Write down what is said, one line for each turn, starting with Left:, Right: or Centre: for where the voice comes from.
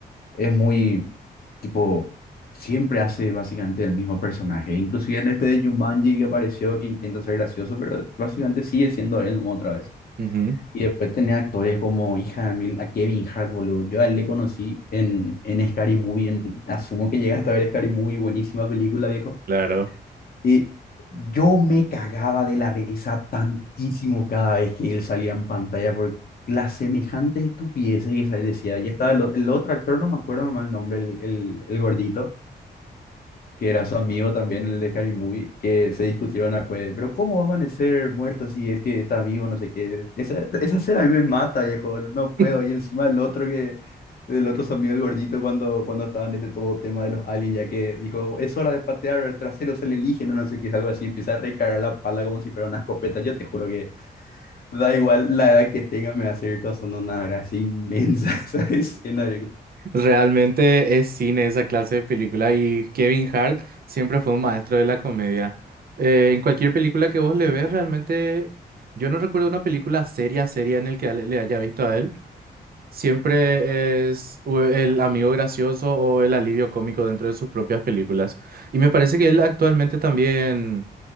Left: es muy, tipo, siempre hace básicamente el mismo personaje. Inclusive en este de Jumanji que apareció, que intenta ser gracioso, pero básicamente sigue siendo él nomás otra vez.
Right: Ujú,
Left: Y después tenés actores como, hija de mil, a Kevin Hart, boludo. Yo a él le conocí en, en Scary Movie. en- asumo que llegaste a ver Scary Movie, buenísima película, viejo.
Right: claro.
Left: Y yo me cagaba de la risa tantísimo cada vez que él salía en pantalla por las semejantes estupideces que sa- decía. Y estaba el, o- el otro actor, no me acuerdo nomás el nombre, el, el- el gordito, que era su amigo también, el de Harry Movie, que se discutieron a cueve, pero ¿cómo va a amanecer muerto si es que está vivo, no sé qué? Esa, esa escena a mí me mata, viejo, no
Right: <laughs>
Left: puedo. Y encima el otro que, del otro su amigo el gordito, cuando, cuando estaba en este todo tema de los aliens, ya que dijo, es hora de patear traseros alienígenas, no sé qué, algo así, empieza a recargar la pala como si fuera una escopeta. Yo te juro que da igual la edad que tenga, me va a seguir causando una gracia inmensa <laughs> esa escena,
Right: Realmente es cine esa clase de película y Kevin Hart siempre fue un maestro de la comedia. Eh, en cualquier película que vos le ves, realmente yo no recuerdo una película seria, seria en el que le le haya visto a él. Siempre es u- el amigo gracioso o el alivio cómico dentro de sus propias películas. Y me parece que él actualmente también